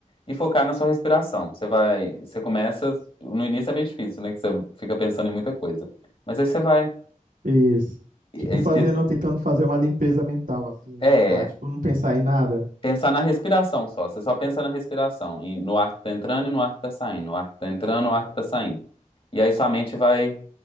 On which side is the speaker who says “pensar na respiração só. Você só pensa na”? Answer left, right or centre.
Left